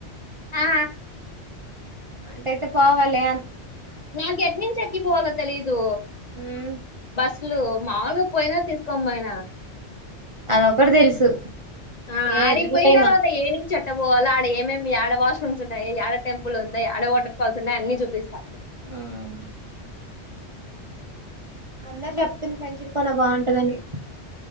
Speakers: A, on the left; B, on the right.
A: ఆ
B: అట్టయితే పోవాలే
A: నా ఎటు నించి ఎక్కిపోవాలో తెలీదు
B: ఉమ్
A: బస్లు మామూలుగా పోయినా తీసుకొంబోయినా
B: అదొక్కటి తెలుసు
A: ఆ
B: ఏ
A: ఆడికోయిన
B: రూట్ అయినా
A: తర్వాత ఏనిం చె ట పోవాల ఆడ ఏమేమి యాడ వాష్రూమ్స్ ఉన్నాయి, యాడ టెంపుల్ ఉన్నాయి, యాడ వాటర్ ఫాల్స్ ఉన్నాయి అన్ని చూపిస్తా.
B: మ్మ్ అందరు చెప్తుంది పంచిరి కొనా బాగుంటదని